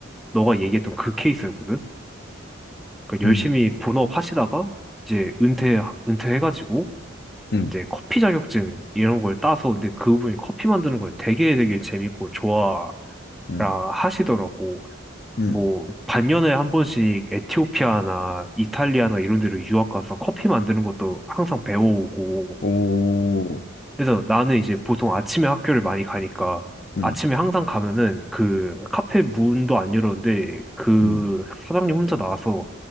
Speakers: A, in the centre; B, on the left.
A: 너가 얘기했던 그 케이스였거든. 그러니까
B: 음.
A: 열심히 본업 하시다가 이제 은퇴 은퇴해가지고
B: 음,
A: 이제 커피 자격증 이런 걸 따서 근데 그분이 커피 만드는 걸 되게 되게 재밌고 좋아라
B: 음,
A: 하시더라고.
B: 음.
A: 뭐 반년에 한 번씩 에티오피아나 이탈리아나 이런 데로 유학 가서 커피 만드는 것도 항상 배워오고
B: 오,
A: 그래서 나는 이제 보통 아침에 학교를 많이 가니까
B: 음,
A: 아침에 항상 가면은 그 카페 문도 안 열었는데 그
B: 음,
A: 사장님 혼자 나와서